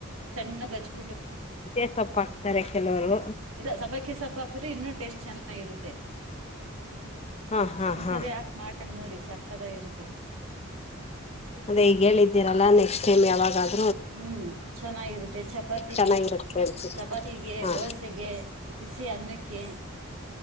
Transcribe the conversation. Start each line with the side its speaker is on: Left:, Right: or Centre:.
Right: ಕಣ್ಣಿಗೆ ಹಚ್ಕೋ.
Left: ಸೊಪ್ಪು ಹಾಕ್ತಾರೆ ಸೋಲೋ
Right: ಇಲ ಸೊ ಸೊಪ್ಪು ಹಾಕಿದ್ರೆ ಇನ್ನೂ ಟೇಸ್ಟ್ ಚೆನ್ನಾಗಿರುತ್ತೆ.
Left: ಹಾ ಹಾ
Right: ಒಂದು
Left: ಹಾ
Right: ಸರಿ ಹಾಕಿ ಮಾಡಿನೋಡಿ ಸಕ್ಕತ್ ಆಗಿ ಇರುತ್ತೆ
Left: ಲೀಗಲ್ ಇದಿರಲ್ಲ ಎಷ್ಟ್ ಆದ್ರೂ
Right: ಹ್ಮ್ಮ್ ಚನಾಗಿರುತ್ತೆ ಚಪಾತಿ
Left: ಚೆನ್ನಾಗಿರುತ್ತೆ ಅನ್ಸುತ್ತೆ
Right: ಚಪಾತಿಗೆ
Left: ಹಾ
Right: ದೋಸೆಗೆ ದೋಸೆ ಅನ್ನಕ್ಕೆ